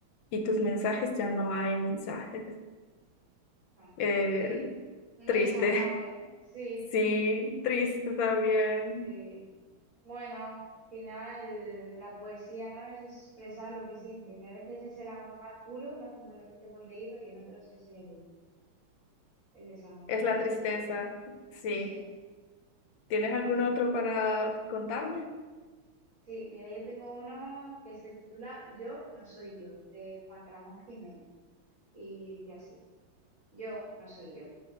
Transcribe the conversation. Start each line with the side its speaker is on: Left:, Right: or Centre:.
Left: y tus mensajes ya no hay mensajes.
Right: Ah,
Left: Eh,
Right: Este, un
Left: triste,
Right: desamor, ¿eh? Sí,
Left: <laughs> sí, triste también.
Right: sí. Bueno, al final la poesía, ¿no? Es expresar lo que sientes y a veces es el amor más puro, ¿no? Como en otro que hemos leído y en otros es el, el desamor,
Left: Es
Right: pero
Left: la
Right: este
Left: tristeza,
Right: es triste.
Left: sí.
Right: Sí,
Left: ¿Tienes algún
Right: bueno.
Left: otro para contarme?
Right: Sí, mira, yo tengo uno que se titula Yo no soy yo, de Juan Ramón Jiménez y dice así, Yo no soy yo.